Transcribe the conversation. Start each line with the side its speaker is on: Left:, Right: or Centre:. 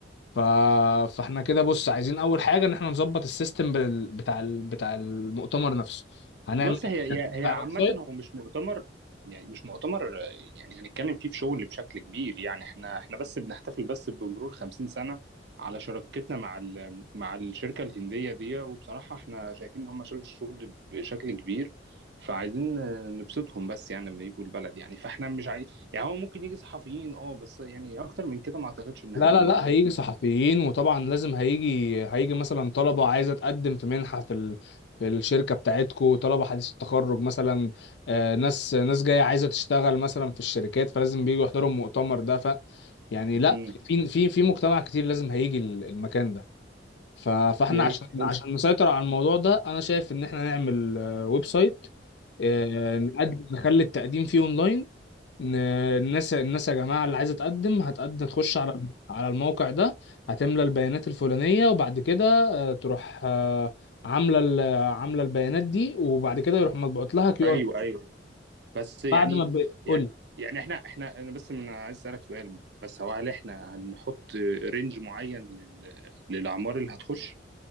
Left: ف... فاحنا كده بص عايزين اول حاجه ان احنا نظبط السيستم بال... بتاع ال... بتاع المؤتمر نفسه هنعمل
Right: بص
Left: ايه
Right: هي هي
Left: بتاع
Right: هي عامة
Left: الويب سايت
Right: هو مش مؤتمر يعني مش مؤتمر آه، يعني هنتكلم فيه في شغل بشكل كبير يعني احنا احنا بس بنحتفل بس بمرور 50 سنة على شراكتنا مع ال- مع الشركة الهندية دي وبصراحة احنا شايفين ان هم شالوا الشغل بشكل كبير فعايزين آه، نبسطهم بس يعني لما يجوا البلد يعني فاحنا مش عايز يعني هو ممكن يجي صحفيين اه بس يعني اكتر من كده ما اعتقدش ان
Left: لا
Right: هيبقى
Left: لا
Right: موجود
Left: لا هيجي صحفيين وطبعا لازم هيجي هيجي مثلا طلبه عايزه تقدم في منحه في ال... في الشركه بتاعتكو طلبه حديث التخرج مثلا آه، ناس ناس جايه عايزه تشتغل مثلا في الشركات فلازم بييجوا يحضروا المؤتمر ده ف يعني لا
Right: امم
Left: في في في مجتمع كتير لازم هيجي المكان ده ف- فاحنا
Right: باذن
Left: عشان
Right: الله.
Left: عشان نسيطر على الموضوع ده انا شايف ان احنا نعمل آه، ويب سايت آه، نقدم نخلي التقديم فيه اونلاين ن- الناس الناس يا جماعه اللي عايزه تقدم هتقدم تخش على على الموقع ده هتملى البيانات الفلانيه وبعد كده آه، تروح آه، عامله ال- عامله البيانات دي وبعد كده يروح مطبوعت لها كيو
Right: ايوه
Left: ار
Right: ايوه بس يعني
Left: بعد ما تقول
Right: يعني يعني احنا احنا انا بس من عايز اسالك سؤال بس هو هل احنا هنحط رينج معين لل... للاعمار اللي هتخش